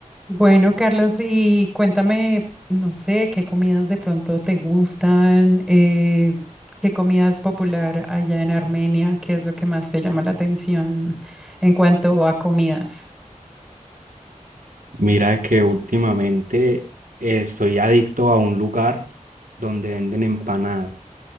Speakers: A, in the centre; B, on the right.
A: Bueno, Carlos, y cuéntame, no sé, qué comidas de pronto te gustan, Eh, qué comida es popular allá en Armenia, qué es lo que más te llama la atención en cuanto a comidas.
B: Mira que últimamente eh, estoy adicto a un lugar donde venden empanadas.